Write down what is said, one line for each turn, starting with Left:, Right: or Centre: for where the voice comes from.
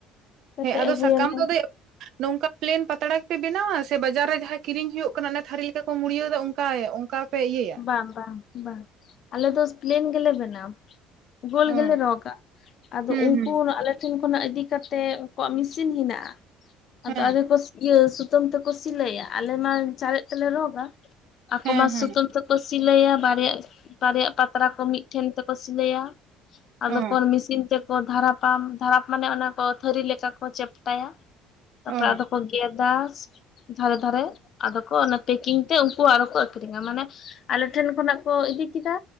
Left: ᱯᱮᱴᱮᱡ
Right: ᱦᱮᱸ ᱟᱫᱚ
Left: ᱟᱹᱜᱩᱭᱟᱞᱮ
Right: ᱥᱟᱠᱟᱢ ᱫᱚ ᱫᱟᱹᱭ ᱱᱚᱝᱠᱟ ᱯᱞᱮᱱ ᱯᱟᱛᱲᱟ ᱜᱮᱯᱮ ᱵᱮᱱᱟᱣᱟ ᱥᱮ ᱵᱟᱡᱟᱨ ᱨᱮ ᱡᱟᱦᱟᱸ ᱠᱤᱨᱤᱧ ᱦᱩᱭᱩᱜ ᱠᱟᱱᱟ ᱚᱱᱟ ᱛᱷᱟᱹᱨᱤ ᱞᱮᱠᱟ ᱢᱩᱲᱭᱟᱹᱣ ᱚᱱᱠᱟᱭ ᱚᱱᱠᱟ ᱯᱮ ᱤᱭᱟᱹ
Left: ᱵᱟᱝ ᱵᱟᱝ ᱵᱟᱝ ᱟᱞᱮ ᱫᱚ ᱯᱞᱮᱱ ᱜᱮᱞᱮ ᱵᱮᱱᱟᱣᱟ ᱜᱳᱞ
Right: ᱚ
Left: ᱜᱮᱞᱮ ᱨᱚᱜ ᱟᱠᱟᱜᱼᱟ ᱟᱫᱚ
Right: ᱦᱩᱸ
Left: ᱩᱱᱠᱩᱨᱟᱜ
Right: ᱦᱩᱸ
Left: ᱞᱮ ᱴᱷᱮᱱ ᱠᱷᱚᱱᱟᱜ ᱤᱫᱤ ᱠᱟᱛᱮᱜ ᱩᱱᱠᱩᱣᱟᱜ ᱢᱮᱥᱤᱱ ᱦᱮᱱᱟᱜᱼᱟ ᱟᱫᱚ
Right: ᱦᱮᱸ
Left: ᱟᱞᱮ ᱠᱚ ᱤᱭᱟᱹ ᱥᱩᱛᱟᱹᱢ ᱛᱮᱠᱚ ᱥᱤᱞᱟᱹᱭᱟ ᱟᱞᱮ ᱢᱟ ᱪᱟᱨᱮᱡ ᱛᱮᱞᱮ ᱨᱚᱜᱟ ᱟᱠᱚ
Right: ᱦᱮᱸ
Left: ᱢᱟ
Right: ᱦᱮᱸ
Left: ᱥᱩᱛᱟᱹᱢ ᱠᱚ ᱥᱤᱞᱟᱹᱭᱟ ᱵᱟᱨᱭᱟ ᱵᱟᱨᱭᱟ ᱯᱟᱛᱲᱟ ᱠᱚ ᱢᱤᱫᱴᱷᱮᱱ ᱛᱮᱠᱚ ᱥᱤᱞᱟᱹᱭᱟ ᱟᱫᱚᱠᱚᱞ
Right: ᱚ
Left: ᱢᱮᱥᱤᱱ ᱛᱮ ᱫᱟᱨᱟᱯᱟ ᱫᱷᱟᱨᱟᱯ ᱢᱟᱱᱮ ᱚᱱᱟ ᱠᱚ ᱛᱷᱟᱹᱨᱤ ᱞᱮᱠᱟ ᱠᱚ ᱪᱟᱯᱴᱟᱭᱟ ᱛᱟᱯᱚᱨᱮ
Right: ᱚ
Left: ᱟᱫᱚ ᱠᱚ ᱜᱮᱫᱟ ᱫᱷᱟᱨᱮ ᱫᱷᱟᱨᱮ ᱟᱫᱚ ᱠᱚ ᱯᱮᱠᱤᱝ ᱛᱮ ᱩᱱᱠᱩ ᱟᱨᱚ ᱠᱚ ᱟᱠᱷᱨᱤᱧᱟ ᱢᱟᱱᱮ ᱟᱞᱮ ᱴᱷᱮᱱ ᱠᱷᱚᱱᱟᱜ ᱠᱚ ᱤᱫᱤ ᱠᱮᱫᱟ